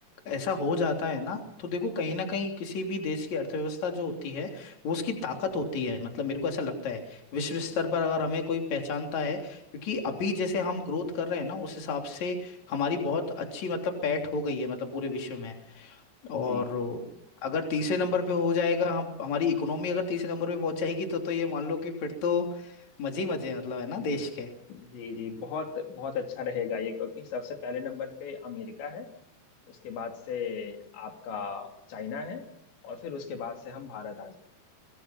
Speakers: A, on the left (about 45°); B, on the left (about 85°).
A: ऐसा हो जाता है ना तो देखो कहीं ना कहीं किसी भी देश की अर्थव्यवस्था जो होती है वो उसकी ताकत होती है मतलब मेरे को ऐसा लगता है विश्व स्तर पर अगर हमें कोई पहचानता है क्योंकि अभी जैसे हम ग्रोथ कर रहे हैं ना उस हिसाब से हमारी बहुत अच्छी मतलब पैठ हो गई है मतलब पूरे विश्व में और
B: जी
A: अगर तीसरे नंबर पे हो जाएगा हम हमारी इकोनॉमी अगर तीसरे नंबर पे पहुंच जाएगी तो तो ये मान लो कि फिर तो मजे ही मजे हैं, मतलब है ना देश के
B: जी जी बहुत बहुत अच्छा रहेगा ये क्योंकि सबसे पहले नंबर पे अमेरिका है उसके बाद से आपका चाइना है और फिर उसके बाद से हम भारत आ जाएंगे